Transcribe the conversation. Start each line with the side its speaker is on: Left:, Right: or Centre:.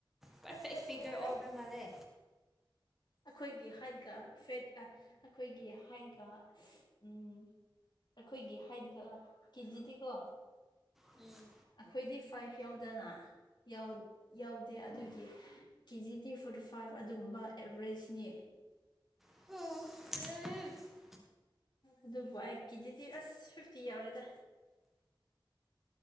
Centre: ꯄꯔꯐꯦꯛ
Left: ꯐꯦꯠ
Centre: ꯐꯤꯒꯔ
Left: ꯑꯣꯏꯌꯦ
Centre: ꯑꯣꯏꯕ ꯃꯥꯜꯂꯦ꯫
Left: ꯑꯈꯣꯏꯒꯤ ꯍꯥꯏꯠꯒ ꯐꯦꯠꯀ ꯑꯈꯣꯏꯒꯤ ꯍꯥꯏꯠꯒ ꯎꯝ ꯑꯈꯣꯏꯒꯤ ꯍꯥꯏꯠꯒ ꯀꯦꯖꯤꯗꯤꯀꯣ
Centre: ꯎꯝ
Left: ꯑꯈꯣꯏꯗꯤ ꯐꯥꯏꯚ ꯌꯥꯎꯗꯅ ꯌꯧꯗ ꯌꯧꯗꯦ ꯑꯗꯨꯖꯨ ꯀꯦꯖꯤꯗꯤ ꯐꯣꯔꯇꯤ ꯐꯥꯏꯚ ꯑꯗꯨꯒꯨꯝꯕ ꯑꯦꯚꯔꯦꯁꯅꯤ
Centre: ꯍꯦ
Left: ꯑꯗꯨꯕꯨ ꯑꯩ ꯀꯦꯖꯤꯗꯤ ꯑꯁ ꯐꯤꯐꯇꯤ ꯌꯥꯎꯔꯦꯗ꯫